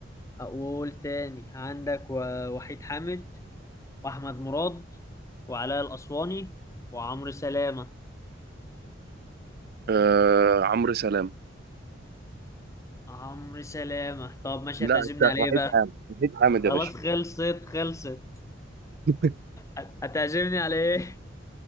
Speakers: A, on the left; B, on the right.
A: أقول تاني عندك و- وحيد حامد وأحمد مراد وعلاء الأسواني وعمرو سلامة
B: آه... عمرو سلام
A: عمرو سلامة طب ماشي
B: لا
A: هتعزمني
B: أنت
A: على
B: وحيد
A: إيه بقى؟
B: حامد وحيد حامد
A: خلاص
B: يا باشا
A: خلصت خلصت
B: <laughs>
A: هت- هتعزمني على إيه؟